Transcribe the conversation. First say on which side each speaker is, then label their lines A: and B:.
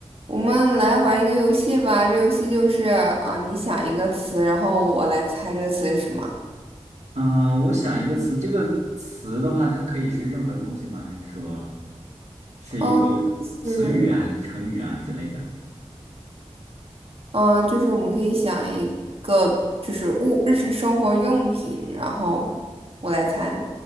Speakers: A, on the right (about 55°); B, on the right (about 80°).
A: 我们来玩一个游戏吧，这游戏就是啊，你想一个词，然后我来猜这个词是什么。
B: 啊，我想一个词，这个词的话，它可以是任何东西吗？还是说是一个
A: 哦，就是
B: 词语啊，还是成语啊之类的？
A: 嗯，就是我们可以想一个就是物日常生活用品，然后我来猜。